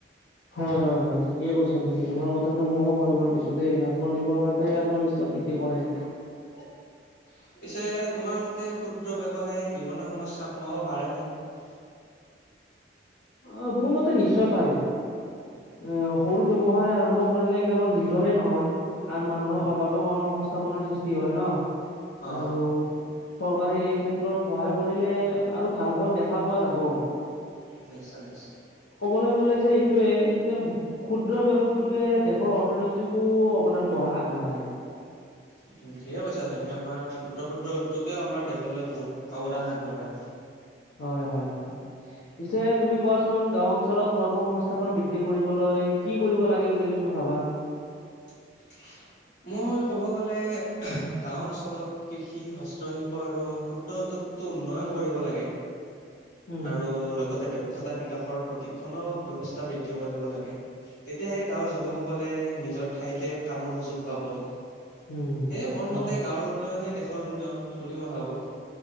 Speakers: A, on the left; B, on the left.
A: হয় হয় হয় ঠিকে কৈছা তুমি তোমাৰ কথাটো ময়ো হয় ভৰ দিছো দেই আত্মনিৰ্ভৰশাই আত্মবিশ্বাস বৃদ্ধি কৰে
B: <unintelligible> পিছে তোমাৰ মতে ক্ষুদ্ৰ ব্যয়ৱসায় নিবনুৱা সমস্যা কমাব পাৰে নাই <inaudible>
A: অহ মোৰ মতে নিশ্চয় পাৰে অহ সৰু ব্যৱসায় আৰম্ভ কৰিলে কেৱল নিজৰে নহয় আন মানুহৰ
B: অ
A: বাবেও কৰ্ম সংস্থাপনৰ সৃষ্টি হয় ন
B: অ
A: আৰু চৰকাৰে এই ক্ষেত্ৰত সহায় কৰিলে আৰু ভাল ফল দেখা পোৱা যাব
B: নিশ্চয় নিশ্চয়
A: কব গলে যে এইটোয়ে যে ক্ষুদ্ৰ ব্যৱ উদ্যোগে দেশৰ অৰ্থনীতিকো অৱদান বঢ়া আগবঢ়াই
B: <unintelligible> উম ঠিকে কৈছা তুমি আমাৰ ক্ষুদ্ৰ ক্ষুদ্ৰ উদ্যোগেও আমাৰ দেশলৈ বহুত অৱদান আগবঢ়ায়
A: হয় হয় হয় পিছে তুমি কোৱাচোন গাওঁ অঞ্চলত কৰ্ম সংস্থাপন বৃদ্ধি কৰিবলৈ কি কৰিব লাগে বুলি তুমি ভাবা
B: <inaudible> মই ক'ব গ'লে গাঁও অঞ্চলত কৃষি হস্তশিল্প আৰু ক্ষুদ্ৰ উদ্যোগ উন্নয়ন কৰিব লাগে
A: উম
B: আৰু লগতে দক্ষ দক্ষতা বিকাশৰ প্ৰতিক্ষণো ব্যৱস্থা বৃদ্ধি কৰিব লাগে তেতিয়াহে গাঁৱৰ যুৱকসকলে নিজৰ ঠাইতে কামৰ সুযোগ পাব সেয়ে
A: উম
B: মোৰ
A: হয়
B: মতে গাঁৱৰ উন্নয়নে দেশৰ উন্নয়ন বুলি মই ভাবো